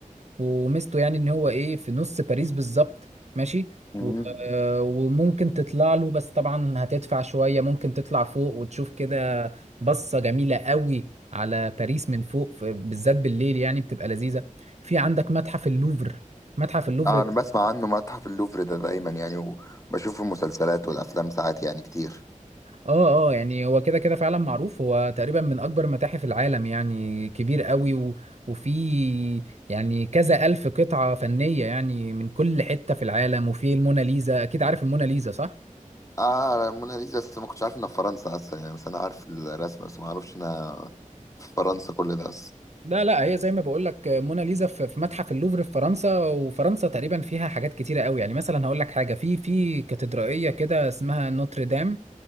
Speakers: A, on the right (about 55°); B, on the left (about 25°).
A: وميزته يعني ان هو ايه في نص باريس بالظبط ماشي
B: مم.
A: و... آه، وممكن تطلع له بس طبعا هتدفع شويه ممكن تطلع فوق وتشوف كده بصة جميلة قوي على باريس من فوق ف- بالذات بالليل يعني بتبقى لذيذة في عندك متحف اللوفر متحف اللوفر
B: اه
A: ده
B: انا بسمع عنه متحف اللوفر ده دايما يعني وبشوف المسلسلات والافلام ساعات يعني كتير
A: اه اه يعني هو كده كده فعلا معروف هو تقريبا من اكبر متاحف العالم يعني كبير قوي و... وفي يعني كذا الف قطعة فنية يعني من كل حتة في العالم وفي الموناليزا اكيد عارف الموناليزا صح؟
B: اه موناليزا بس ما كنتش عارف انها في فرنسا اصلا يعني بس انا عارف الرسمه بس ما اعرفش انها في فرنسا كل ده اصلا
A: لا لا هي زي ما بقول لك موناليزا في في متحف اللوفر في فرنسا وفرنسا تقريبا فيها حاجات كتيره قوي يعني مثلا هقول لك حاجه في في كاتدرائيه كده اسمها نوتردام